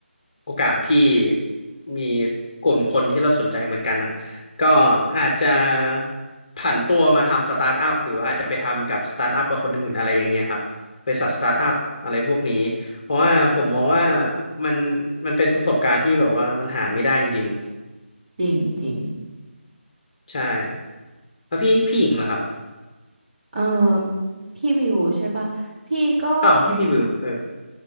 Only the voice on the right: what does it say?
จริงจริง
เออพี่บิวใช่ปะพี่ก็